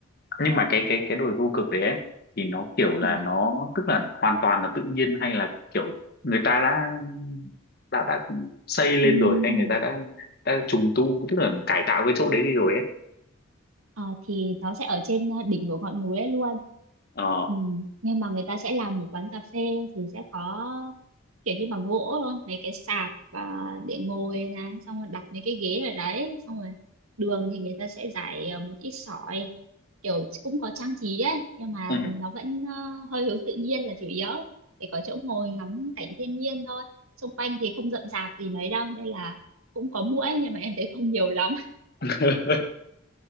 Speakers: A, on the left; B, on the right.
A: nhưng mà cái cái cái đồi vô cực đấy ấy, thì nó kiểu là
B: Này,
A: nó tức là hoàn toàn là tự nhiên hay là kiểu người ta đã đã đã xây lên
B: ừm,
A: rồi hay người ta đã đã trùng tu tức là cải tạo cái chỗ đấy đi rồi ấy
B: ờ, thì nó sẽ ở trên ờ, đỉnh của ngọn núi ấy luôn.
A: ờ
B: Ừm, Nhưng mà người ta sẽ làm một quán cà phê thì sẽ có kiểu như bằng gỗ thôi mấy cái sạp à, để ngồi này xong rồi đặt mấy cái ghế ở đấy xong rồi đường thì người ta sẽ rải à, một ít sỏi kiểu cũng có trang trí ấy nhưng mà
A: ừ.
B: nó vẫn à, hơi hướng tự nhiên là chủ yếu để có chỗ ngồi ngắm cảnh thiên nhiên thôi xung quanh thì không rậm rạp gì mấy đâu nên là cũng có muỗi nhưng mà em thấy không nhiều lắm
A: <laughs>